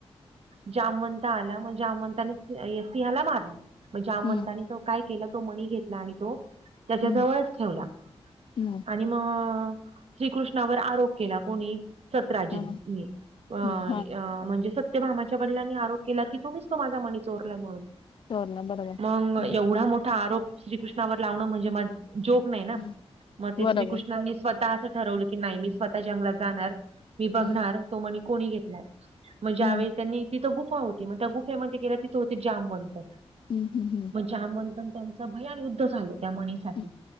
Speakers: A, on the right; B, on the left.
A: जामवंत आला म्हणजे जामंताने सिंहाला मारलं म जामंतानि
B: हं,
A: तो काय केलं तो मनी घेतला आणि तो त्याच्या
B: हं,
A: जवळच ठेवला
B: हं.
A: आणि म श्रीकृष्णावर आरोप केला कोणी सतराजीतनी
B: हां,
A: अ
B: हं, हां.
A: म्हणजे सत्यभामाच्या वडिलांनी आरोप केला की तुम्हीच तो माझा मनी चोरलाय म्हणून
B: सोडलं बरोबर.
A: म
B: हं,
A: एवढा मोठा आरोप श्रीकृष्णावर लावणं म्हणजे म जोक नाही ना
B: हं.
A: म ते
B: बरोबर.
A: श्रीकृष्णांनी स्वतः अस ठरवलं की नाय मी स्वतः जंगलात जाणार मी बघणार
B: हं,
A: की कोणी घेतलाय म ज्यावेळेस
B: हं,
A: त्यांनी तिथं गुफा होती म त्या गुफेमध्ये गेला तिथं होते जामवंत
B: हू हू हू
A: जामंतन त्यांचं भयान युद्ध झालं त्या म्हणीसाठी
B: हं,